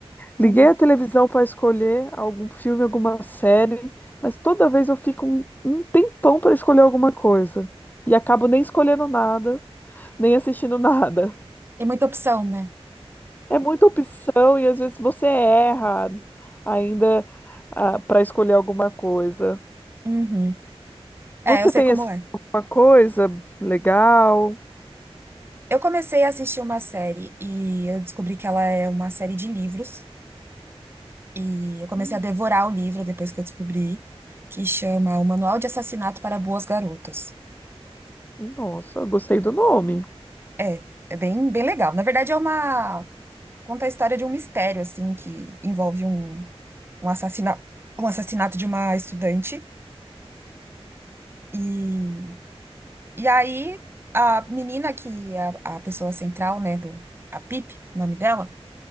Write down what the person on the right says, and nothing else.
Uhum.
Tem muita opção, né?
Uhum.
É, eu sei
como
é.
Eu comecei a assistir uma série e eu descobri que ela é uma série de livros. E eu comecei
a devorar o livro depois que eu descobri, que chama O Manual de Assassinato para Boas Garotas.
É, é bem, bem legal. Na verdade, é uma... conta a história de um mistério, assim, que envolve um, um assassinato, um assassinato de uma estudante. E E aí, a menina que é a, a pessoa central, né, do, a Pip, o nome dela,